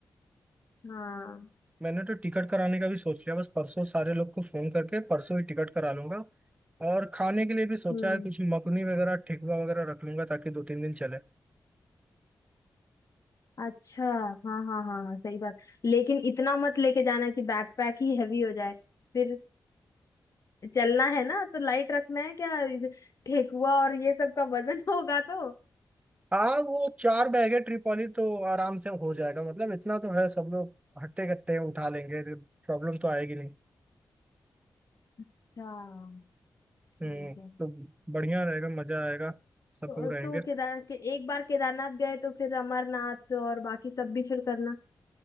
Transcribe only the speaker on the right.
मैंने तो टिकट कराने का भी सोच लिया बस परसों सारे लोग को फोन करके परसों ही टिकट करा लूंगा और खाने के लिए भी सोचा
है कुछ मकुनी वगैरह ठेकुआ वगैरह रख लूंगा ताकि दो तीन दिन चले
हाँ वो चार बैग है ट्रिपॉली तो आराम से हो जाएगा मतलब इतना तो है सब लोग हट्टे कट्टे उठा लेंगे प्रॉब्लम तो आएगी नहीं
हम्म
तो बढ़िया रहेगा मजा आएगा सब
लोग
रहेंगे